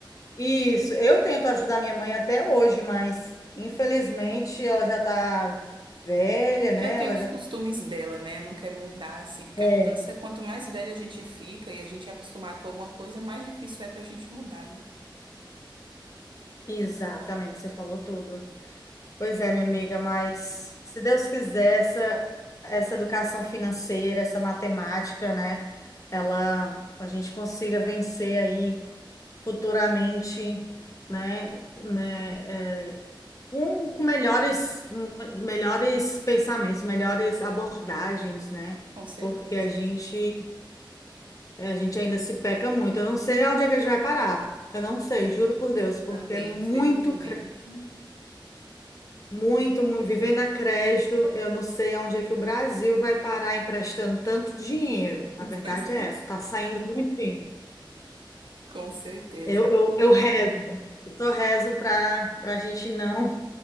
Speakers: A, on the left (about 40°); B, on the right (about 70°).
A: isso, eu tento ajudar minha mãe até hoje, mas infelizmente ela já está velha, né?
B: Já tem
A: Ela
B: os
A: já
B: costumes dela, né? Não quer mudar, assim. Porque
A: É,
B: a mudança, é quanto mais velha a gente fica e a gente é acostumado com alguma coisa, mais difícil é pra gente mudar, né?
A: exatamente, você falou tudo. Pois é, minha
B: É,
A: amiga, mas se Deus quiser, essa, essa educação financeira, essa matemática, né, ela, a gente consiga vencer aí futuramente, né, né, é, com, com melhores, melhores pensamentos, melhores abordagens, né,
B: com certeza.
A: porque a gente, a gente ainda se peca muito. Eu não sei aonde é que a gente vai parar. Eu não sei, juro por Deus, porque
B: Também,
A: é muito
B: felizmente.
A: Muito, mu- vivendo a crédito, eu não sei aonde é que o Brasil vai parar emprestando tanto dinheiro. A
B: <laughs>
A: verdade
B: Pois é,
A: é essa, está saindo muito dinheiro.
B: com certeza.
A: Eu, eu, eu rezo, eu só rezo para a gente não,